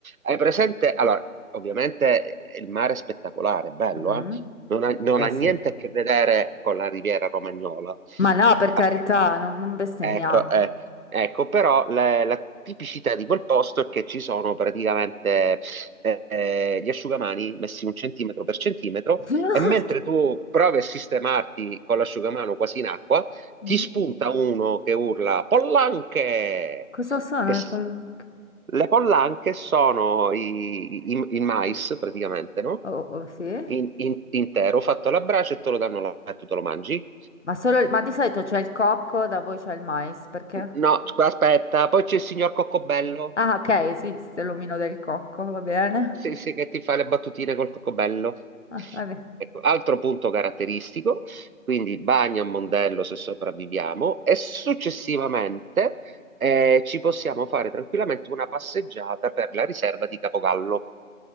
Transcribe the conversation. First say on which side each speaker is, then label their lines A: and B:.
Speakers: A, on the right; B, on the left.
A: Hai presente? Allora, ovviamente eh, il mare è spettacolare, è bello,
B: Mm?
A: eh? Non ha, non
B: Eh
A: ha niente
B: sì.
A: a che vedere con la Riviera Romagnola.
B: Ma no, per carità,
A: Ah,
B: non, non bestemmiamo.
A: Ecco, eh, ecco, però la, la tipicità di quel posto è che ci sono praticamente eh, eh, gli asciugamani messi un centimetro per centimetro
B: <laughs>
A: e mentre tu provi a sistemarti con l'asciugamano quasi in acqua, ti
B: Mm?
A: spunta uno che urla Pollanche!
B: Cosa sono
A: Che s-
B: le polacche?
A: le pollanche sono i- i- il mais praticamente, no?
B: Oh, oh, sì?
A: in- in- intero, fatto alla brace e te lo danno là e tu te lo mangi.
B: Ma, solo- ma di solito c'è il cocco, da voi c'è il mais, perché?
A: No, scusa, aspetta, poi c'è il signor Coccobello,
B: Ah, ok, esiste l'omino del cocco, va bene.
A: sì, sì, che ti fa le battutine col Coccobello.
B: Ah, va bene.
A: Ecco, altro punto caratteristico, quindi bagno a Mondello se sopravviviamo e successivamente eh, ci possiamo fare tranquillamente una passeggiata per la riserva di Capogallo.